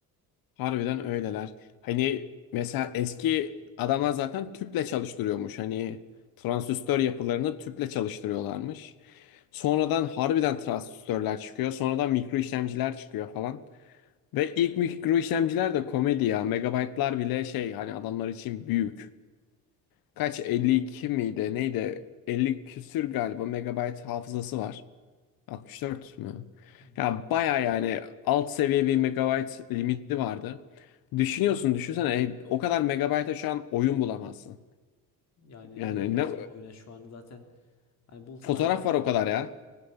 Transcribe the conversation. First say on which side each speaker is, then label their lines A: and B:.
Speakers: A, on the left; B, on the left.
A: Harbiden öyleler. Hani mesela eski adamlar zaten tüple çalıştırıyormuş. Hani transistör yapılarını tüple çalıştırıyorlarmış. Sonradan harbiden transistörler çıkıyor. Sonradan mikro işlemciler çıkıyor falan. Ve ilk mikro işlemciler de komedi ya. Megabaytlar bile şey hani adamlar için büyük. Kaç 52 miydi neydi? 50 küsür galiba megabayt hafızası var. 64 mü?
B: Hmm.
A: Ya baya yani alt seviye bir megabayt limiti vardı. Düşünüyorsun düşünsene e, o kadar megabayta şu an oyun bulamazsın.
B: Yani ne
A: Yani
B: oynayacaksan
A: ne
B: oyuna şu an zaten hani bulsan
A: fotoğraf
B: ancak
A: var o kadar ya.